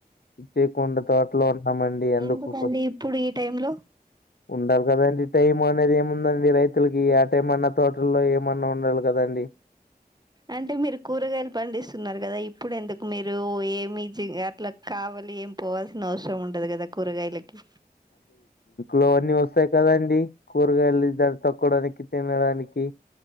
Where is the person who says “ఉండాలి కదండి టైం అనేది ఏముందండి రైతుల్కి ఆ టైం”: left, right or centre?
Left